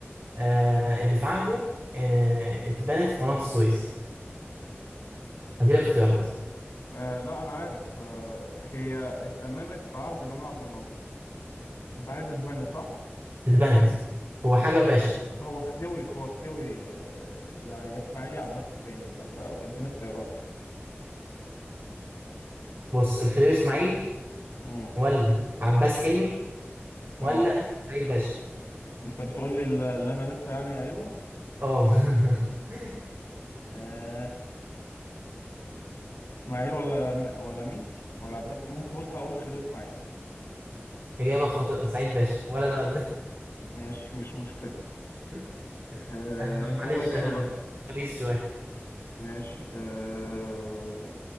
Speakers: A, on the right; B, on the left.
A: آه اللي في عهده آه اتبنت قناه السويس هدي لك اختيارات
B: آه لا انا عارف آه هي اتأممت في عهد جمال عبد الناصر انت عايز اتبنت صح
A: اتبنت هو حاجه باشا
B: هو خديوي هو خديوي آه، يعني يا اسماعيلي عباس التاني فانت اديني اختيارات
A: بص الخديوي اسماعيل
B: امم
A: ولا عباس حلمي ولا
B: اه
A: سعيد باشا
B: انت بتقول لي اللي انا لسه يعني
A: اه <laughs>
B: قايلهم اسماعيل ولا م- ولا مين ولا عباس ممكن بص هقول لخديوي اسماعيل
A: إجابة خاطئة سعيد باشا ولا ده ولا ده
B: ماشي مش مشكلة
A: <laughs>
B: أه
A: أنا
B: هسألك
A: معلش آه،
B: أنا بقى
A: خبيث شوية
B: ماشي أه